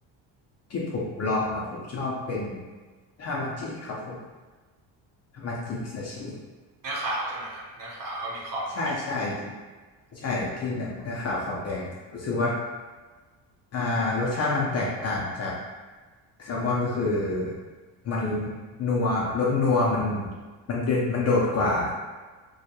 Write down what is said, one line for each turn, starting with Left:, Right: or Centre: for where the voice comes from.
Left: ที่ผมลองมาผมชอบเป็นทามาจิครับผมทามาจิซาชิมิ
Right: เนื้อขาวใช่ไหมฮะเนื้อขาวแล้วก็มีขอบแดง
Left: ใช่ใช่ใช่ที่เนื้อขาวขอบแดงผมรู้สึกว่าอ่ารสชาติมันแตกต่างจากแซลมอนก็คือมันนัวรสนัวมันมันเดดมันโดดกว่า